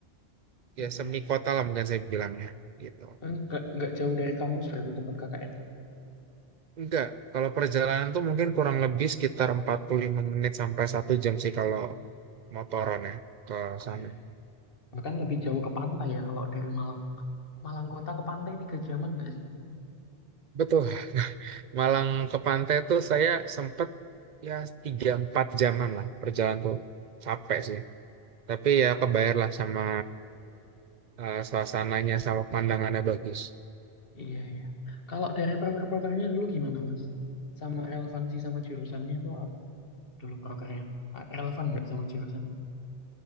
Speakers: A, on the left (about 60°); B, on the right (about 55°).
A: Iya
B: ya semi
A: iya.
B: kota lah mungkin saya bilangnya gitu.
A: Enggak, enggak jauh dari kampus berarti tempat KKN.
B: Enggak, kalau perjalanan tuh mungkin kurang lebih sekitar 45 menit sampai satu jam sih kalau
A: Iya.
B: motoran ya ke sana.
A: iya. Bahkan lebih jauh ke pantai ya kalau dari Malang. Malang kota ke pantai tiga jaman enggak sih?
B: Betul, Malang ke pantai tuh saya sempet ya tiga empat jaman lah perjalanan tuh capek sih. Tapi ya kebayar lah sama eh, suasananya sama pandangannya bagus.
A: Iya, iya. Kalau dari proker-prokernya dulu gimana, Mas? Sama relevansi sama jurusannya tuh apa? Dulu prokernya. A- Relevan nggak sama jurusan?